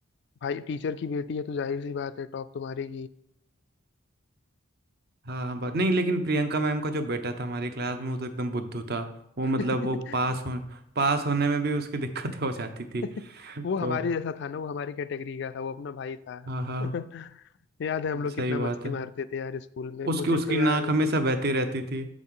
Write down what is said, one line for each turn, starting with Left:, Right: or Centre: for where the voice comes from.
Left: भाई टीचर की बेटी है तो जाहिर सी बात है टॉप तुम्हारी
Right: हाँ हाँ बात नहीं लेकिन प्रियंका मैम का जो बेटा था हमारी क्लास में वो तो एकदम बुद्धू था वो
Left: की
Right: मतलब वो पास
Left: <laughs>
Right: हो पास होने में भी उसकी दिक्कतें हो जाती थी
Left: <laughs>
Right: तो
Left: वो हमारे जैसा था ना वो हमारी कैटेगरी का था वो अपना भाई था
Right: हाँ हाँ
Left: <laughs> याद है हम लोग कितना
Right: सही बात
Left: मस्ती
Right: है
Left: मारते थे यार स्कूल में मुझे
Right: उसकी उसकी
Left: तो यार
Right: नाक हमेशा बहती रहती थी